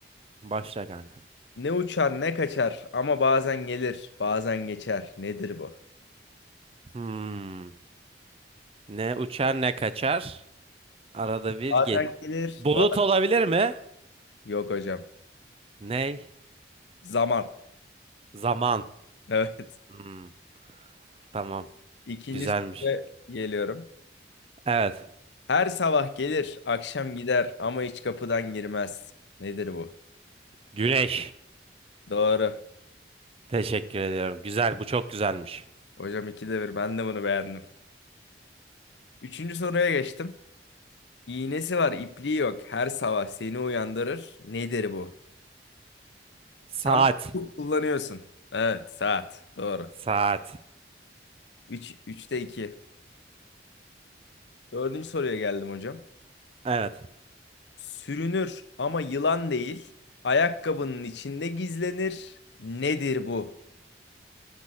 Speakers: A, on the right; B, on the left.
A: Başla kankam.
B: Ne uçar ne kaçar ama bazen gelir, bazen geçer. Nedir bu?
A: Hmm. Ne uçar ne kaçar. Arada bir
B: Bazen
A: gel.
B: gelir,
A: Bulut
B: ba-
A: olabilir mi?
B: Yok hocam.
A: Ney?
B: Zaman.
A: Zaman.
B: <laughs> Evet.
A: Hmm. Tamam.
B: İkinci
A: Güzelmiş.
B: soruya geliyorum.
A: Evet.
B: Her sabah gelir, akşam gider ama hiç kapıdan girmez. Nedir bu?
A: Güneş.
B: Doğru.
A: Teşekkür ediyorum. Güzel, bu çok güzelmiş.
B: Hocam ikide bir. Ben de bunu beğendim. Üçüncü soruya geçtim. İğnesi var, ipliği yok. Her sabah seni uyandırır. Nedir bu?
A: Saat.
B: Sen bunu kullanıyorsun. Evet, saat. Doğru.
A: Saat.
B: Üç, üçte iki. Dördüncü soruya geldim hocam.
A: Evet.
B: Sürünür ama yılan değil. Ayakkabının içinde gizlenir. Nedir bu?